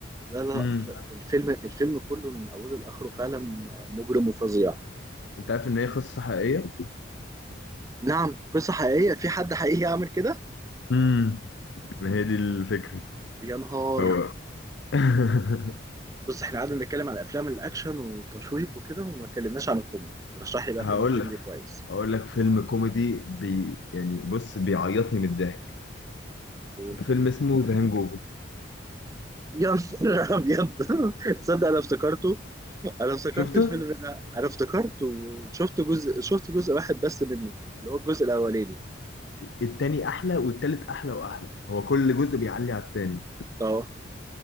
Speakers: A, on the right; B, on the left.
A: لا لا
B: امم
A: ف- الفيلم الفيلم كله من أوله لآخره فعلا مجرم وفظيع
B: انت عارف ان هي قصه حقيقيه؟
A: نعم قصة حقيقية في حد حقيقي يعمل كده
B: امم ما هي دي الفكره
A: يا نهار
B: فهو <laughs>
A: بص احنا قعدنا نتكلم عن افلام الاكشن والتشويق وكده وما اتكلمناش عن الكوميدي رشح لي بقى
B: هقول
A: فيلم كوميدي
B: لك
A: كويس
B: هقول لك فيلم كوميدي بي يعني بص بيعيطني من الضحك
A: قول
B: فيلم اسمه ذا هانج اوفر
A: يا نهار ابيض <laughs> تصدق انا افتكرته انا افتكرت
B: شفته؟
A: الفيلم ده انا افتكرته شفت جزء شفت جزء واحد بس منه اللي هو الجزء الاولاني
B: التاني احلى والتالت احلى واحلى هو كل جزء بيعلي على التاني
A: اه